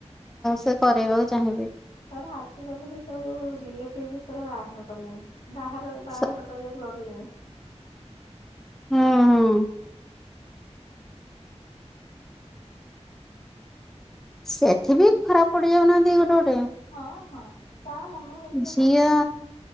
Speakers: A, in the centre; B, on the left (about 75°).
A: ସେ କରରେଇବାକୁ ଚାହିଁବେ।
B: ତାପରେ ଆଜିକାଲି ବି ସବୁ ରିଲେଟିଭ ଭିତରେ ବାହାଘର କଲେଣି। ବାହାରୁ ବାହଘର
A: ସେ
B: କରିବାକୁ ଡରିଲେଣି।
A: ହୁଁ ହୁଁ। ସେଠି ବି ଖରାପ ପଡିଯାଉନାହାନ୍ତି ଗୋଟେ ଗୋଟେ।
B: ହଁ ହଁ ତା ମନ ଦେଖିଆ
A: ଝିଅ
B: ବସିଛି।